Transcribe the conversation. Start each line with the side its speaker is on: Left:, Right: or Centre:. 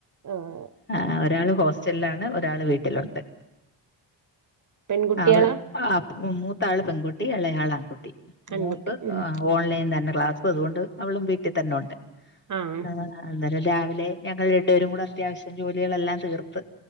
Right: ആഹ്
Left: ആ ഒരാള് ഹോസ്റ്റൽ ലാണ് ഒരാള് വീട്ടിലുണ്ട്
Right: പെൺകുട്ടികളാ
Left: അവൾ ആ മൂത്താള് പെൺകുട്ടി ഇ ളയാൾ ആൺകുട്ടി
Right: ആൺകുട്ടി
Left: മോക്ക്
Right: ഉം
Left: ഓൺലൈ തന്നെ ക്ലാസ് ഇപ്പ അതുകൊണ്ട് അവളും വീട്ടി തന്നെ ഉണ്ട്
Right: ആഹ്
Left: ആ അന്നേരം രാവിലെ ഞങ്ങൾ രണ്ട് പേരുകൂടെ അത്യാവശ്യം ജോലികളെല്ലാം തീർത്ത്